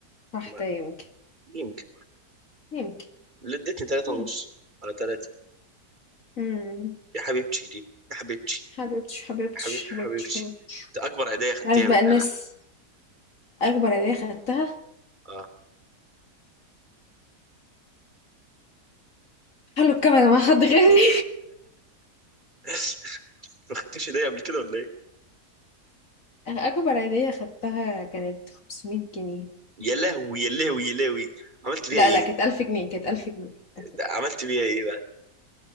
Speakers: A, on the left; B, on the right.
A: واحدة
B: ما-
A: يمكن
B: يمكن
A: يمكن
B: اللي ادتني تلاتة
A: يمكن
B: ونص على تلاتة
A: مم.
B: يا حبيبتي دي يا حبيبتي
A: حبيبتش حبيبتش
B: يا حبيب
A: حبيبتش
B: يا حبيبتي
A: حبيبتش
B: ده أكبر هدية خدتيها
A: عارف
B: من
A: بقى الناس
B: حياتي
A: أكبر عيدية خدتها
B: اه
A: خلوا الكاميرا مع حد غيري
B: <laughs> ما خدتش هدية قبل كده ولا إيه؟
A: <laughs> أكبر عيدية خدتها كانت 500 جنيه
B: يا لهوي يا لهوي يا لهوي عملت بيها
A: لا
B: إيه؟
A: لا كانت 1000 جنيه كانت 1000 جنيه ألف جنيه.
B: ده عملت بيها إيه بقى؟